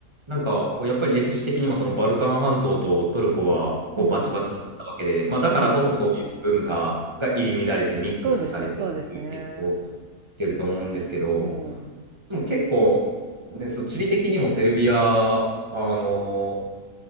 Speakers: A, on the right; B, on the right.
A: なんか、こうやっぱり歴史的にもそのバルカン半島とトルコはこうバチバチだったわけで、
B: うん。
A: まあだからこそそういう文化が入り乱れてミックスされてっていう影響を受けてると思うんですけど、
B: うん。そうですね、そうですね。うん。
A: でも結構、ね、その地理的にもセルビア、あの、